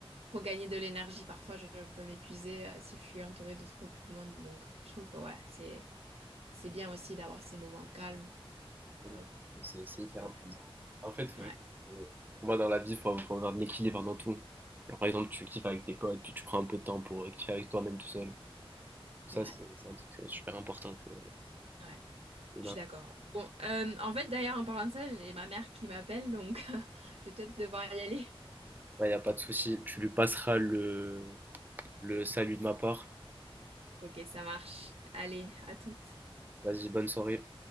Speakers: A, on the right (about 85°); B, on the right (about 20°).
A: regagner de l'énergie. Parfois, je peux m'épuiser euh, si je suis entourée de trop de monde. Donc, je trouve que ouais, c'est c'est bien aussi d'avoir ces moments calmes
B: Exactement,
A: euh,
B: C'est c'est
A: pour
B: hyper
A: soi-même.
B: important. En fait, faut
A: Ouais,
B: juste, euh, pour moi, dans la vie, il faut, faut avoir de l'équilibre dans tout. Genre, par exemple, tu kiffes avec tes potes, puis tu prends un peu de temps pour euh, kiffer avec toi-même tout seul. Ça,
A: ouais,
B: c'est c'est un truc euh, super important que,
A: ouais.
B: que d'un-
A: Je suis d'accord. Bon, euh, en fait, d'ailleurs, en parlant de ça, j'ai ma mère qui m'appelle, donc <laughs> je vais peut-être devoir y aller.
B: Ouais, y a pas de souci. Tu lui passeras le, le salut de ma part.
A: Ok, ça marche. Allez, à toutes.
B: Vas-y, bonne soirée.